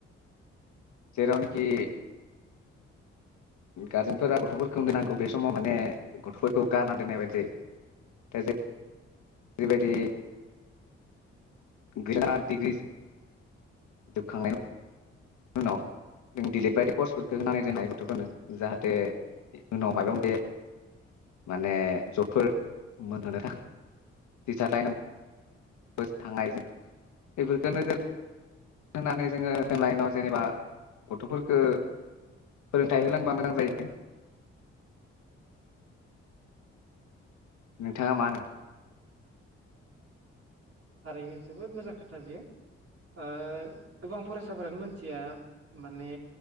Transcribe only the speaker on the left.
जेरावनोखि गारजेनफोरा गथ'फोरखौ नायनांगौ बे समाव माने गथ'फोरखौ गानना दोननाय बायदि जायो दा जे बिबायदि बिराद दिग्रि दुबखांनाय उनाव जों डिलिट बायदि कर्सफोरखौ होनानै जोंनाय गथ'फोरनो जाहाथे उनाव माबा मोनसे माने जबफोर मोनहोनो थाखाय टिचार लाइनावबो थांनाय बेफोरखौ नोजोर होनानै जोङो लाइनाव जेनेबा गथ'फोरफोरखौ फोरोंथाइ होलांबा मोजां जायो। नोंथाङा मानो?